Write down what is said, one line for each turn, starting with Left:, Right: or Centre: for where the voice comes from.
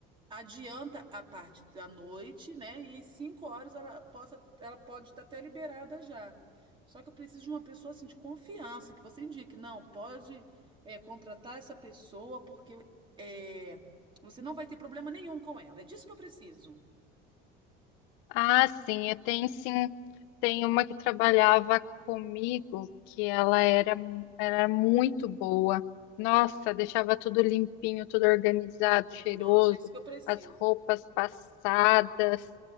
Right: adianta a parte da noite, né? E cinco horas ela possa, ela pode estar até liberada já. Só que eu preciso de uma pessoa assim de confiança, que você indique, não, pode é, contratar essa pessoa porque é, você não vai ter problema nenhum com ela. É disso que eu preciso.
Left: Ah, sim, eu tenho sim. Tem uma que trabalhava comigo que ela era, era muito boa. Nossa, deixava tudo limpinho, tudo organizado, cheiroso,
Right: Nossa, é isso que eu preciso.
Left: as roupas passadas,